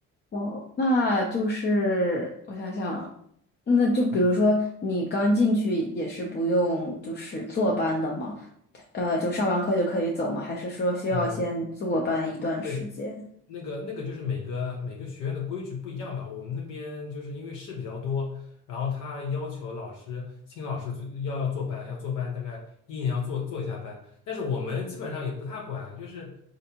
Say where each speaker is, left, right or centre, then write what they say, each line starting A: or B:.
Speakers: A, on the left (about 35°); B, on the left (about 90°).
A: 哦，那就是我想想，那就比如说你刚进去也是不用就是坐班的吗？
B: 嗯
A: 呃，就上完课就可以走吗？还是说需要先坐班一段时间？
B: 嗯，呃对。那个那个就是每个每个学院的规矩不一样吧。我们那边就是因为事比较多，然后他要求老师新老师最要要坐班，要坐班，大概一年要做做一下班。但是我们基本上也不太管啊就是